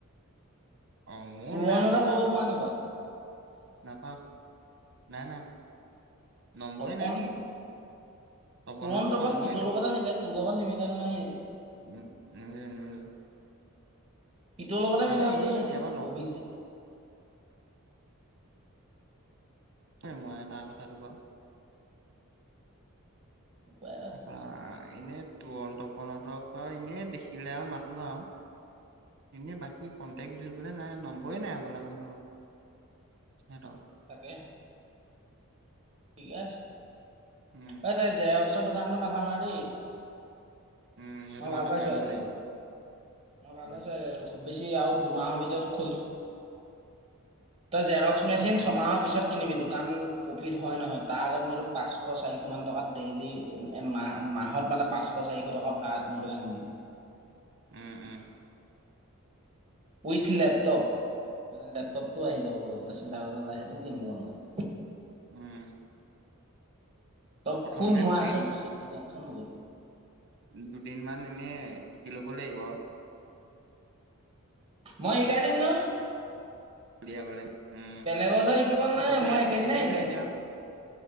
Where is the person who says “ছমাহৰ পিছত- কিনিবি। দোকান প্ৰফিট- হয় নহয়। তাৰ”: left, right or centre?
Right